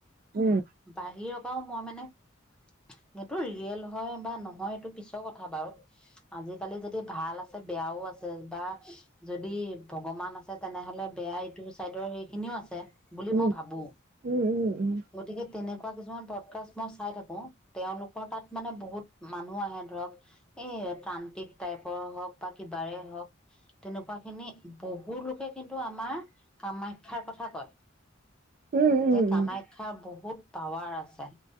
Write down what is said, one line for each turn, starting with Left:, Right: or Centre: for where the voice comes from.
Right: উম
Centre: বাহিৰৰ পাওঁ মই মানে এইটো ৰিয়েল হয় বা নহয় এইটো পিছৰ কথা বাৰু আজিকালি যদি ভাল আছে বেয়াও আছে বা যদি ভগৱান আছে তেনেহলে বেয়া ইটো চাইডৰ সেইখিনিও আছে। বুলি
Right: উম
Centre: মই ভাবো,
Right: উম উম উম
Centre: গতিকে তেনেকুৱা কিছুমান পডকাষ্ট মই চাই থাকো তেওঁলোকৰ তাত মানে বহুত মানুহ আহে ধৰক, এই তান্ত্ৰিক টাইপৰ হওঁক বা কিবাৰে হওঁক তেনেকুৱা খিনি বহু লোকে কিন্তু আমাৰ কামাখ্যাৰ কথা কয়।
Right: উম উম
Centre: যে কামাখ্যা
Right: উম
Centre: বহুত পাৱাৰ আছে